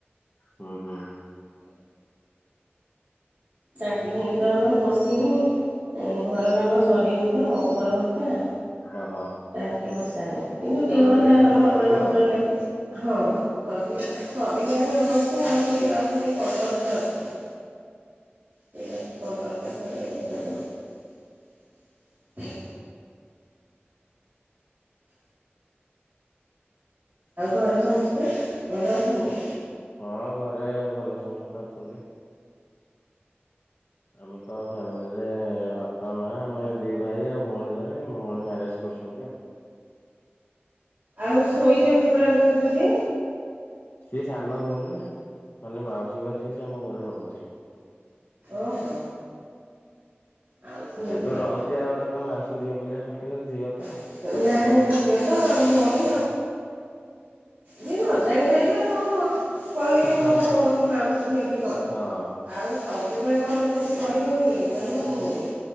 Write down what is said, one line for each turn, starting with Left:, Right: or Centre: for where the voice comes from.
Left: ହୁଁ ହୁଁ।
Right: ଟାଙ୍କି ଫାଙ୍କି ତ ଆମର ବସିନି। ଘର କାମ ସରିନି ତ ଉପରଘରଟା ।
Left: ଓହୋ।
Right: ଟାଙ୍କି ବଷା ଏମିତି
Left: ସରିଲେ ଏକାଥରେ
Right: ମଟର
Left: କରିବେ
Right: ଫଟର
Left: ଆଉ
Right: ଲାଗିଛି। ହଁ ସରିଲା ସରିଲାଣି ଅବଶ୍ୟ ଆହୁରି ଆଉ ଖାଲି କଲରଟା ଅଛି।
Left: ହ <unintelligible>
Right: ସେଇଥିଲାଗି କଲର ସରିଲେ ସରିବ। ଆଉ ଘରେ ସମସ୍ତେ ଭଲ ଅଛନ୍ତି?
Left: ହଁ, ଘରେ ଭଲ ସମସ୍ତେ ଅଛନ୍ତି। ଆମେ ତ ଫ୍ୟାମିଲିରେ ବାପା ମା ଆମେ ଦି ଭାଇ ଆଉ ଭଉଣୀ ଜଣେ ଭଉଣୀ ମ୍ୟାରେଜ କରି କରୁଛନ୍ତି ଆଉ।
Right: ଆଉ ଶୋଇଛନ୍ତି ପରା କହୁଛନ୍ତି।
Left: ସିଏ ସାନ ଭଉଣୀ ନା ମାନେ ମାଉସୀଙ୍କ ଝିଅ ସେ ଆମ ଘରେ ରହୁଛି।
Right: ଓହୋ। ମାଉସୀଙ୍କ
Left: ଯେହେତୁ
Right: ଝିଅ
Left: ରହୁଛି ଆଉ ତାକୁ ମାଉସୀ ଝିଅ ବୋଲି ଆମେ ଝିଅ। ତ
Right: ନା
Left: ଆମ ଭ
Right: ସିଏତ ଭଉଣୀ।
Left: ହଁ
Right: ଯିଏ ନ ଜାଣି ପାରିବି ହଁ। କହିଲେ
Left: ହଁ
Right: ମୁଁ ମାଉସୀ ଝିଅ କି କଣ?
Left: ହଁ।
Right: ଆଉ ସବୁବେଳେ କଣ ସେମିତି? କହିହେବ କି ନାଇଁ ମୋ
Left: ସେ
Right: ଭଉଣୀ